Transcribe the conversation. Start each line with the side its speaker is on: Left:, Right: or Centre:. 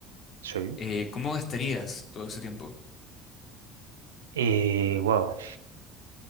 Right: Soy.
Left: eh, ¿cómo gastarías todo ese tiempo?
Right: Y wow.